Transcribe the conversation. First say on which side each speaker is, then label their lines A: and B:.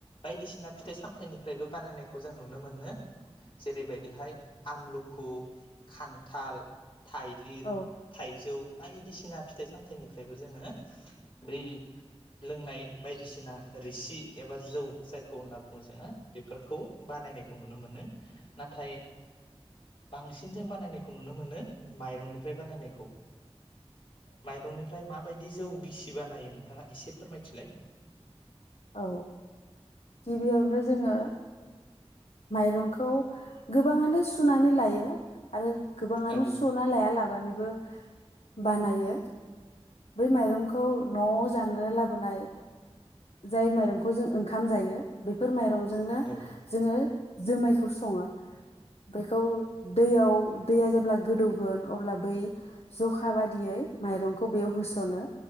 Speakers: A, on the left (about 55°); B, on the left (about 70°).
A: बायदिसिना फिथाइ सामथाइनिफ्रायबो बानायनायखौ जों नुनो मोनो जेरैबायदिहाय आमलु खु खान्थाल थाइलिर
B: औ-औ-औ-औ-औ-औ-औ-औ-औ
A: थाइजौ बायदिसिना फि फिथाइ सामथाइनिफ्रायबो जोङो दै लोंनाय बायदिसिना रिसि एबा जौ जायखौ होनना बुङो जोङो फोरखौ बानायनायखौ नुनो मोनो ना थाय बांसिन जों बानायनायखौ नुनो मोनो माइरंनि <unintelligible> बानायनायखौ माइरंनिफ्राय मा माबायदि जौ गिसिबा नायो नोंथाङा एसे फोरमायथिलाय
B: औ गिबियावनो जोङो माइरंखौ गोबाङानो सुनानै लायो आरो गोबाङानो
A: औ
B: सना लाया लाबानो ब बानायो बे माइरंखौ न' जाना लाबोनाय जाय माइरंखौ जों ओंखाम जायो बे फोर माइरंजोंनो
A: औ
B: जोङो जोमायखौ सङो बेखौ दैयाव दैया जेब्ला गोदौगोन अब्ला बै जखा बादियै माइरंखौ बेयाव होस'नो।